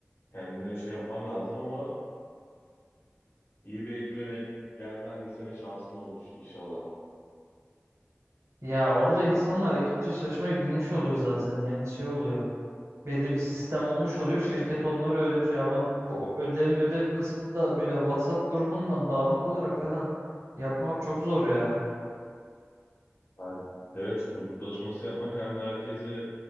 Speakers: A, on the left; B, on the right.
A: kendine şey yapman lazım ama iyi bir ekibe denk gelmen de senin şansın olur inşallah.
B: Ya orada insanlar ekipçe çalışmayı bilmiş oluyor zaten. Yani şey oluyor. Belli bir sistem olmuş oluyor. Şirket onları öğretiyor ama bu ödev ödev kısmında böyle WhatsApp grubundan dağınık olarak falan yapmak çok zor ya.
A: Ya evet, grup çalışması yapmak hem herkese